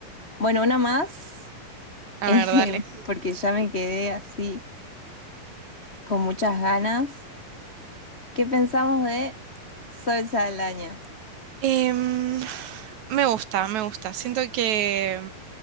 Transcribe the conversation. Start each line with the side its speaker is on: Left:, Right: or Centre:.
Left: bueno, una más, <laughs>
Right: A
Left: eh,
Right: ver, dale.
Left: porque ya me quedé así con muchas ganas. ¿Qué pensamos de Sol Saldaña?
Right: Em, me gusta, me gusta. Siento que,